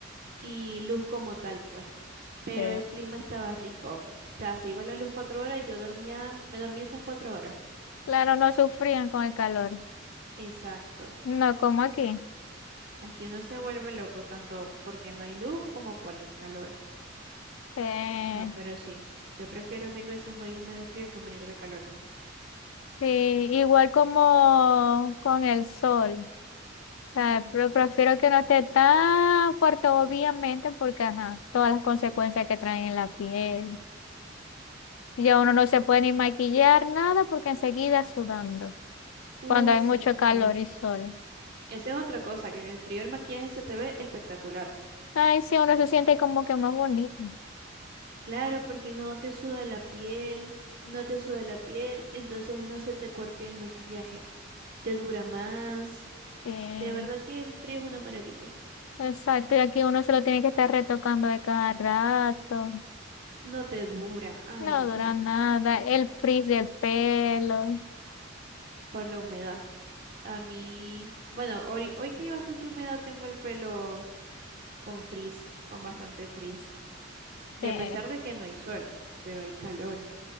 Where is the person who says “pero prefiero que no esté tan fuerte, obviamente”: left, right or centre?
Left